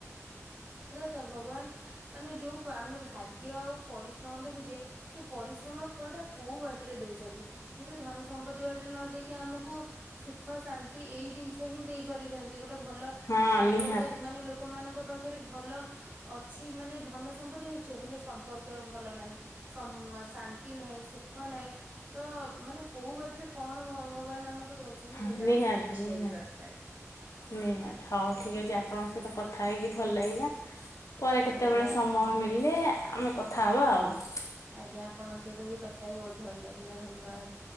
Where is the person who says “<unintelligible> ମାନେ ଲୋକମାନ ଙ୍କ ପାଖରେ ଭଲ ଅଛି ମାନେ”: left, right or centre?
Right